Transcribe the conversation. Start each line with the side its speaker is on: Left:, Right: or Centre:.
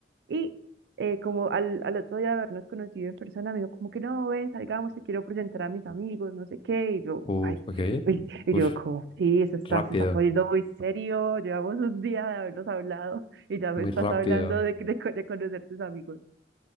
Right: y eh, como al, al otro día de habernos conocido en persona, me dijo como que no, ven, salgamos, te quiero presentar a mis amigos, no sé qué, y yo,
Left: Uh,
Right: ay,
Left: ok.
Right: uy, y
Left: Uf,
Right: yo como, sí, eso está,
Left: rápido,
Right: se está poniendo muy serio, llevamos un día de habernos hablado y ya me
Left: muy
Right: estás
Left: rápido.
Right: hablando de, que- de, co- de conocer tus amigos